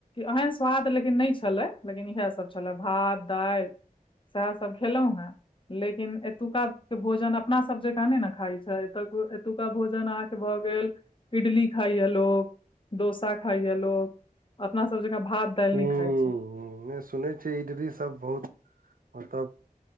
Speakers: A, on the left (about 35°); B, on the right (about 70°).
A: एहेन स्वाद लेकिन नहि छलै लेकिन इहैसभ छलै भात दाइल सेहा सब खेलहु हेँ लेकिन एतुका के भोजन अपना सब जेकाँ नइ नऽ खाइ छै एत एतुका भोजन अहाँकेँ भऽ गेल इडली खाइ य लोक डोसा खाइ य लोक अपना सब जकाँ भात दाइल
B: हूँ
A: नै खाय छै
B: नहि सुनै छै इडली सब बहुत मतलब